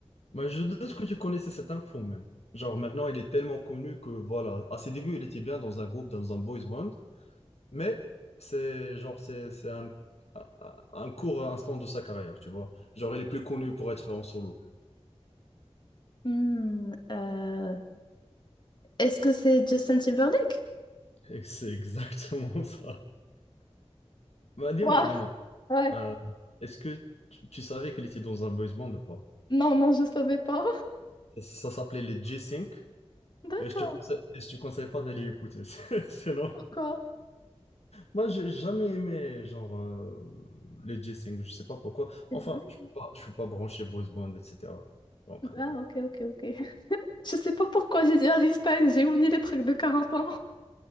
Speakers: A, on the left; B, on the left.
A: Mais je doute que tu connaissais cette info même. Genre maintenant, il est tellement connu que voilà, à ses débuts, il était bien dans un groupe, dans un boys band, mais c'est genre c'est c'est un, un court instant de sa carrière, tu vois. Genre il est plus connu pour être en solo.
B: Hmm, euh, Est-ce que c'est Justin Timberlake?
A: Et C'est exactement <laughs> ça. Bah, dis-moi,
B: Ouah,
A: dis-moi,
B: ouais.
A: euh, est-ce que tu, tu savais qu'il était dans un boys band ou pas?
B: Non, non, je savais pas.
A: Ça, ça s'appelait les G-Sync
B: <laughs> D'accord,
A: et je te conseille, et je te conseille pas d'aller écouter, <laughs> sinon.
B: pourquoi?
A: Moi, j'ai jamais aimé genre euh, les G-Sync, je sais pas pourquoi.
B: C'est
A: Enfin,
B: vrai.
A: je peux pas, je peux pas brancher Bruce Band, etc. Donc, euh,
B: Ah, ok, ok, ok. <laughs> Je sais pas pourquoi j'ai dit Harry Styles, j'ai oublié les trucs de 40 ans.